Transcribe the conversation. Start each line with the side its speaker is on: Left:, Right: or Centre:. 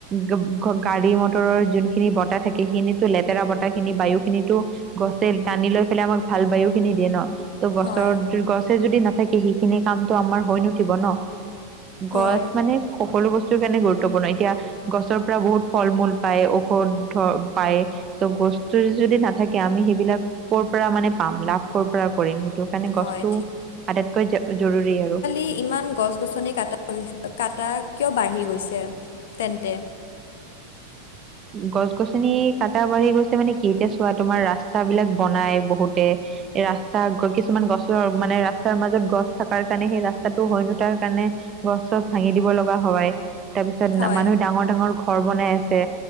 Right: গ-গ-গাড়ী মটৰৰ যোনখিনি বতাহ থাকে সেইখিনিতো লেতেৰা বতাহ খিনি, বায়ু খিনিতো গছে টানি লৈ পেলাই আমাক ভাল বায়ু খিনি দিয়ে ন। ত' গছৰ,
Left: হয়।
Right: য গছে যদি নাথাকে, সেইখিনি কামটো আমাৰ হৈ নুঠিব ন।
Left: হয়।
Right: গছ মানে সকলো বস্তুৰ কাৰণে গুৰুত্বপূৰ্ণ। এতিয়া, গছৰ পৰা বহুত ফল-মূল পায়, ঔষধ ধৰ পায়, ত' গছটো, যদি নাথাকে আমি সেইবিলাক কৰ পৰা মানে পাম, লাভ কৰ পৰা কৰিম, সেইটো কাৰণে
Left: হয়
Right: গছটো আটাইতকৈ জৰুৰী আৰু।
Left: ই ইমান গছ-গছনি কটা, কটা কিয় বাঢ়ি গৈছে তেন্তে।
Right: গছ-গছনি কটা বাঢ়ি গৈছে মানে কি, এটিয়া চোৱা, তোমাৰ ৰাস্তা বিলাক বনাই বহুতে। ৰাস্তা কিছুমান গছৰ মানে, ৰাস্তাৰ মাজত গছ থকাৰ কাৰণে, সেই ৰাস্তাটো হয় নুঠাৰ কাৰণে গছ-চছ ভাঙি দিব লগা হয়, তাৰপিছত
Left: হয়।
Right: মানুহে ডাঙৰ, ডাঙৰ ঘৰ বনাই আছে।